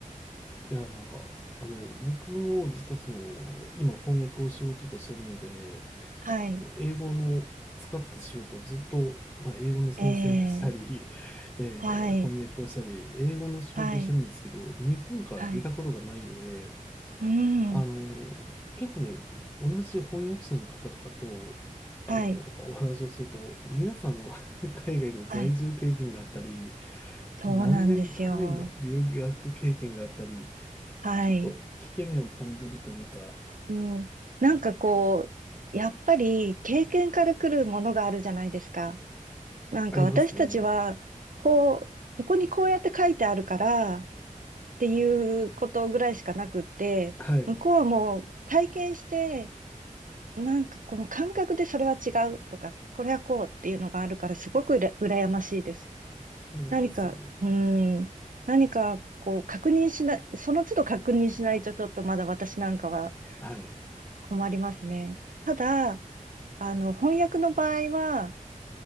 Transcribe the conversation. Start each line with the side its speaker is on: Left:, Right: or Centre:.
Left: いやー、あの、僕も実はその、今翻訳を仕事としてるので、
Right: はい。
Left: こう、英語の使った仕事をずっと、まあ、英語の先生がしたり、
Right: ええ
Left: えー翻訳をしたり、
Right: はい。
Left: 英語の仕事をしてるんですけど、
Right: はい。
Left: 日本から出たことがないので、
Right: はい。うん。
Left: あの、結構ね、同じ翻訳者の方とかと、あの、
Right: はい。
Left: お話をすると、皆さんあの <laughs> 海外の在住経験があったり、
Right: はい。そうなんですよ。
Left: 何年単位の留学経験があったり、
Right: はい。
Left: ちょっと引け目を感じるというか、
Right: うん。なんかこう、やっぱり経験から来るものがあるじゃないですか。なんか私たちは、
Left: ありますね。
Right: こう、ここにこうやって書いてあるからっていうことぐらいしかなくって、
Left: はい。
Right: 向こうはもう体験して、なんかこの感覚でそれは違うとか、これはこうっていうのがあるからすごくうら羨ましいです。
Left: そうなんですよね。
Right: 何か、うーん、何かこう確認しない、その都度確認しないとちょっとまだ私なんかは
Left: はい。
Right: 困りますね。ただ、あの、翻訳の場合は、